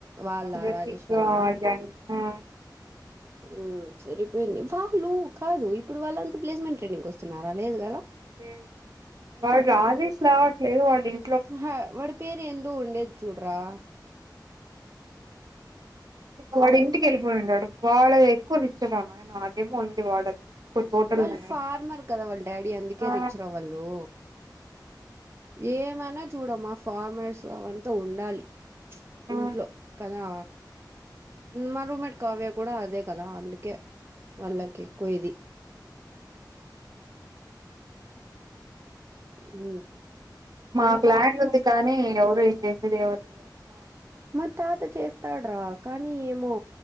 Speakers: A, on the right; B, on the right.
A: వాళ్ళ
B: ప్రతిక
A: రాజేష్ వాళ్ళ
B: <unintelligible>
A: ఊ సరిపోయింది వాళ్ళు కాదు ఇప్పుడు వాళ్ళంతా ప్లేస్మెంట్ ట్రైనింగ్ వస్తున్నారా లేదు కదా
B: లేద్ వాడు రాడ్ దీస్ రావట్లేదు వాడు ఇం
A: అహ వాడ్ పేరు ఎందో ఉండేది చూడ్రా
B: వాడు ఇంటికి వెళ్ళిపోయింటడు వాడు ఎక్కువ నిక్ చుర నాయన అదేమో ఉంది వాడది ఎక్కువ తోటలు
A: వాళ్ళు
B: ఉన్నాయి
A: ఫార్మర్ కదా వాళ్ళు డాడీ అందుకే
B: ఆ
A: రిచ్ రా వాళ్ళు ఏమనా చూడమా ఫార్మర్స్ అవంతా ఉండాలి ప్చ్
B: ఆ
A: ఇంట్లో కదా మా రూమ్ మెట్ కావ్యకు కూడా అదే కదా అందుకే వాళ్ళకి ఎక్కువ ఇది ఊ
B: మాకు ల్యాండ్ ఉంది కానీ ఎవరు చేసేది ఎవరు లేరు మా ఇంట్లో
A: మా తాత చేస్తాడ్రా కానీ ఏమో